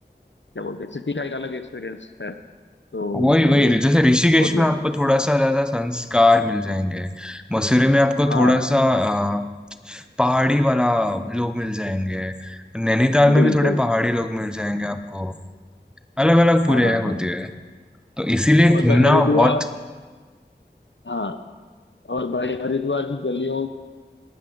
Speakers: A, on the left; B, in the centre.
A: क्या बोलते हैं सिटी का एक अलग एक्सपीरियंस है तो
B: वही वही
A: वो
B: जैसे ऋषिकेश
A: बहुत ही
B: में आपको थोड़ा सा ज्यादा संस्कार मिल जाएंगे मसूरी में आपको
A: हाँ
B: थोड़ा सा अ, पहाड़ी वाला लोग मिल जाएंगे नैनीताल में
A: बिल्कुल
B: भी थोड़े पहाड़ी लोग मिल जाएंगे आपको अलग अलग पूरे
A: हाँ हाँ
B: होते
A: हाँ।
B: हैं तो इसीलिए
A: और
B: घूमना
A: भाई हरिद्वार
B: बहुत
A: हाँ और भाई हरिद्वार की गलियों